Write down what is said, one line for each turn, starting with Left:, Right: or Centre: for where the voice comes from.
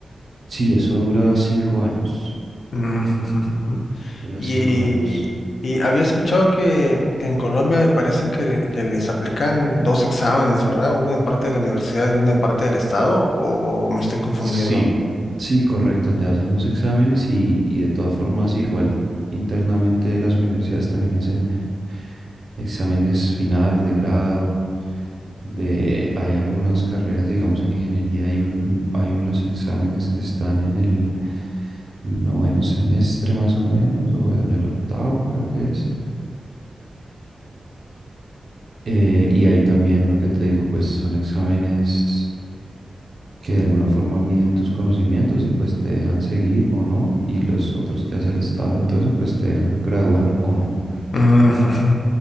Right: Sí, eso dura cinco años,
Left: Mm, <laughs>
Right: dura
Left: Y,
Right: cinco años.
Left: y había escuchado que, que en Colombia me parecen que, que les aplican dos exámenes, ¿verdad? Uno de parte de la universidad y uno de parte del estado, ¿o me estoy confundiendo?
Right: Sí, sí, correcto, te hacen dos exámenes y, y de todas formas igual internamente las universidades también hacen exámenes finales de grado, de, hay algunas carreras, digamos, en ingeniería, hay un, hay unos exámenes que están en el noveno semestre más o menos, o en el octavo creo que es. Eh, y ahí también lo que te digo, pues son exámenes que de alguna forma miden tus conocimientos y pues te dejan seguir o no, y los otros que hace el Estado y todo eso, pues te dejan graduar o no.
Left: Mm, ujú.